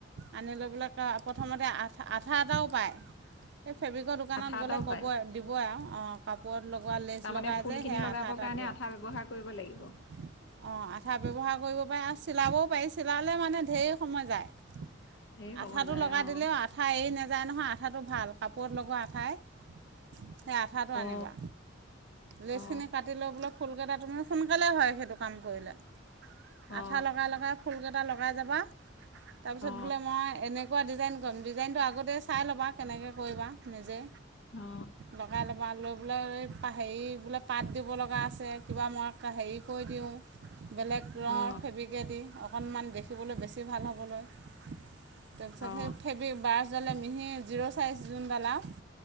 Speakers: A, on the right (about 60°); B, on the left (about 65°).
A: আনি লৈ পেলাই প্ৰথমতে আঠা - আঠা আটাও পায় এ, ফেব্ৰিকৰ দোকানত
B: আঠা
A: গ'লে
B: এটাও
A: ক'বই,
B: পায়
A: দিবই আৰু। অ'! কাপোৰত লগ গোৱা লেচ
B: তাৰমানে
A: লগাই
B: ফুলখিনি
A: সেয়া, আঠা
B: লগাবৰ
A: এটা
B: কাৰণে
A: দিয়ক?
B: আঠা ব্যৱহাৰ
A: অ'!
B: কৰিব লাগিব
A: আঠা ব্যৱহাৰ কৰিব পাৰে আৰু চিলাবও পাৰি, চিলালে মানে, ধেই সময় যায়।
B: ধেৰ
A: আঠাটো
B: সময় যায়
A: লগাই
B: অ
A: দিলেও আঠা এৰি নাযায়, নহয়। আঠাটো ভাল, কাপোৰত লগোৱা আঠাই সেই আঠাটো আনিবা?
B: অ
A: ড্ৰেছখিনি
B: অ
A: কাটি লৈ পেলাই, ফুল কেইটা তুমিও সোনকালে হয় সেইটো। কাম কৰিলে,
B: অ
A: আঠা লগাই লগাই ফুলকেইটা লগাই যাবা, তাৰপিছত
B: অ
A: বোলে মই এনেকুৱা ডিজাইন কৰিম ডিজাইনটো আগতে চাই ল'বা। কেনেকৈ কৰিবা নিজে
B: অ
A: লগাই ল'বা লৈ পেলাই পা হেৰি বোলে পাত দিব লগা আছে, কিবা মই হেৰি কৰি দিওঁ বেলেগ ৰঙৰ
B: অ
A: ফেব্ৰিকেদি অকনমান দে শিকিবলৈ বেছি ভাল হ'বলৈ তাৰপিছত
B: অ
A: সেই ফেব্ৰি বাছডালে মিহি জিৰ' চাইজ যোনদাল আৰু